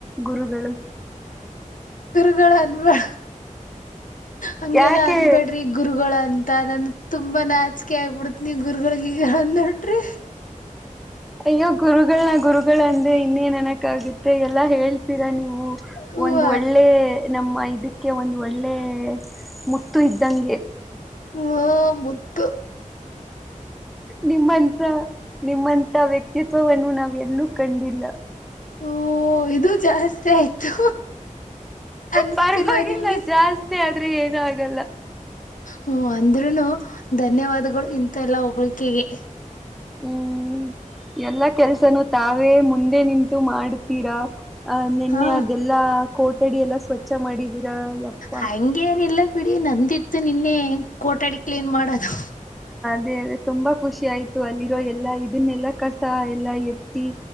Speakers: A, in the centre; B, on the left (about 75°).
A: ಗುರುಗಳು
B: ುಗಳು ಅನ್ಬ್ಯಾಡ ಹಂಗೆಲ್ಲ
A: ಯಾಕೆ
B: ಅನ್ಬೇಡ್ರಿ ಗುರುಗಳ ಅನ್ ನನ್ ತುಂಬಾ ನಾಚಿಕೆ ಆಗ್ಬಿಡತ್ ನೀ ಗುರುಗಳಿಗೆ ನೋಡ್ರಿ
A: ಅಯ್ಯೋ ಗುರುಗಳನ ಗುರುಗಳು ಅಂದ ಇನ್ನೇನ ನಕಾಗುತ್ತೆ ಎಲ್ಲಾ ಹೇಳ್ತೀರಾ ನೀವು
B: ಹೂವ
A: ಒಂದ ಒಳ್ಳೆ ನಮ್ಮ ಇದ ಅಕಕ್ಕೆ ಒಂದು ಒಳ್ಳೆ ಮುತ್ತು ಇದ್ದಂಗೆ
B: ಹ್ಮ ಮುದ್ದು
A: ನಿಮ್ಮಂತ ನಿಮ್ಮಂತ ವ್ಯಕ್ತಿತ್ವವನ್ನು ನಾವ್ ಎಲ್ಲೂ ಕಂಡಿಲ್ಲ
B: ಓ ಇದು ಜಾಸ್ತಿ ಆಯ್ತು ಅನ್ಸ್ತಿಲ್ವಾ
A: ಪರವಾಗಿಲ್ಲ
B: ನಿಮ್ಗೆ
A: ಜಾಸ್ತಿ ಆದ್ರೂ ಏನು ಆಗಲ್ಲ
B: ಹ ಅಂದ್ರೂನು ಧನ್ಯವಾದಗಳು ಇಥ ಎಲ್ಲಾ ಹೋಗ್ಲಿಿಕೆಗೆ
A: ಹ್ಮ್ ಎಲ್ಲಾ ಕೆಲ್ಸನು ತಾವೇ ಮುಂದೆ ನಿಂತು ಮಾಡತೀರಾ ಅ ನಿೆನ್ನೆ
B: ಹಾ
A: ಅದೆಲ್ಲಾ ಕೋಟಡಿ ಎಲ್ಲ ಸ್ವಚ್ಛ ಮಾಡಿದೀರಾ ಯಪ್ಪ
B: ಹಂಗೇನಿಲ್ಲ ಬಿಡಿ ನಂದಿತ್ತು ನಿನ್ನೆ ಕೋಟಾಡಿ ಕ್ಲೀನ್ ಮಾಡದು
A: ದೇ ತುಂಬಾ ಖುಷಿ ಆಯ್ತು ಅಲ್ಲಿರೋ ಎಲ್ಲಾ ಇದನ್ನೆಲ್ಲಾ ಕಸ ಎಲ್ಲಾ ಎತ್ತಿ